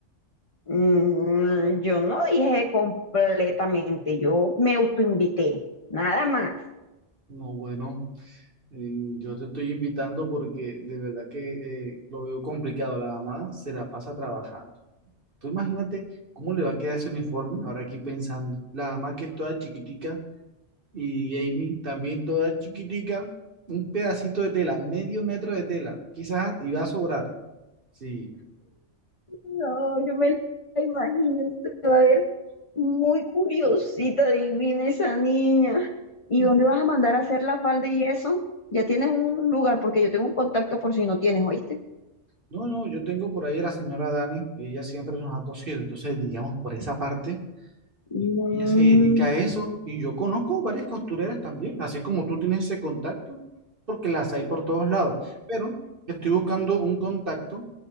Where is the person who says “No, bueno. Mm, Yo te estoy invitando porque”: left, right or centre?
Right